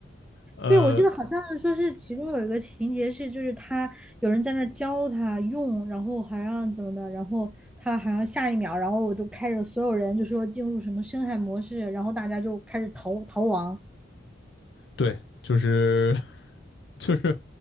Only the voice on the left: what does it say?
呃，
对，就是 <laughs> 就是